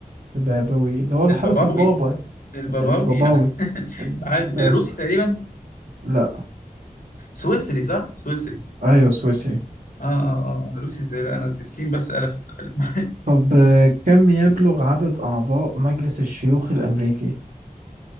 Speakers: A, on the right; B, on the left.
A: البابوي اللي هو الحرس
B: الباباوي
A: البابا
B: الباباوي
A: الباباوي الباب...
B: <laughs> عادي روسي تقريبا
A: لا
B: سويسري صح؟ سويسري
A: أيوة سويسري
B: آه آه آه آه. أنا روسي إزاي لا أنا السين بس قلفت قفلت معايا
A: طب آه، كم يبلغ عدد أعضاء مجلس الشيوخ الأمريكي؟